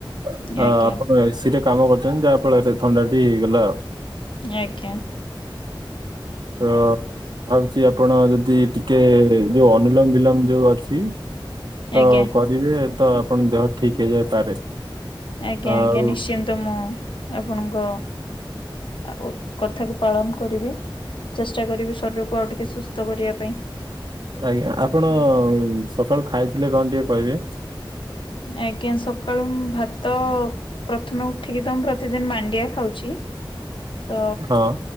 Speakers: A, on the right (about 60°); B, on the left (about 70°).
A: ହଁ
B: ଆଜ୍ଞା
A: ଆପଣ ଏସିରେ କାମ କରିୁଛନ୍ତି ଯାହା ଫଳରେ ଥଣ୍ଡା ଟି ହେଇଗଲା ଆଉ।
B: ଆଜ୍ଞା।
A: ତ ମୁଁ ଭାବୁଛି ଆପଣ ଯଦି ଟିକେ, ଯୋଉ ଅନୁଲୋମ ବିଲମ ଯୋଉ ଅଛି। ତ
B: ଆଜ୍ଞା
A: କରିବେ ତ ଆପଣ ଦେହ ଠିକ ହେଇଯାଇପାରେ।
B: ଆଜ୍ଞା
A: ଆଉ
B: ଆଜ୍ଞା। ନିଶ୍ଚିନ୍ତ ମୁଁ ଆପଣଙ୍କ ଆଉ କଥାକୁ ପାଳନ କରିବି। ଚେଷ୍ଟା କରିବି ଶରୀରକୁ ଆଉ ଟିକେ ସୁସ୍ଥ କରିବା ପାଇଁ।
A: ଆଜ୍ଞା, ଆପଣ ସକାଳୁ ଖାଇଥିଲେ କଣ ଟିକେ କହିବେ?
B: ଆଜ୍ଞା। ସକ ସକାଳୁ ଭାତ, ପ୍ରଥମେ ଉଠିକି ତ ମୁଁ ପ୍ରତିଦିନ ମାଣ୍ଡିଆ ଖାଉଛି। ତ
A: ହଁ।